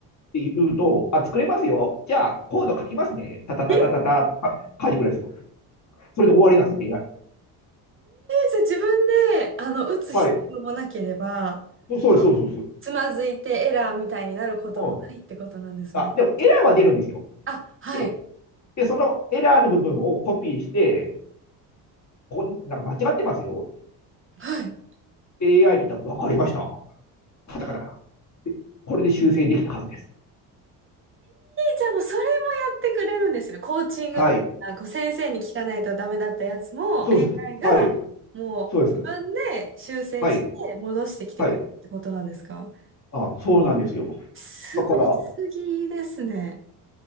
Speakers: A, on the left; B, on the right.
A: って言うと、あ、作れますよ。じゃあ、コード書きますね。たたたたたた、
B: えー、
A: あ書いてくれるんですよ。それで終わりなんですよ、AI。
B: じゃあ自分で、あの、打つ必要もなければ、
A: はい。そうです、そうです、そうです。
B: つまずいてエラーみたいになることもないってことなんですね。
A: うんあ、でもエラーは出るんですよ。
B: あ、はい、
A: で、で、そのエラーの部分をコピーして、ここなんか間違ってますよ。
B: はい。
A: AI に言ったら、わかりました。カタカタカこれで修正できたはずです。
B: じゃあもうそれもやってくれるんですよね。コーチングみたいな、
A: はい。
B: こう先生に聞かないとダメだったやつも
A: そうです。
B: AI が
A: はい。
B: もう自分で修正して戻してきてくるってことなんですか
A: そうです。はい。はい。あ、そうなんですよ。
B: すごすぎですね。
A: だから、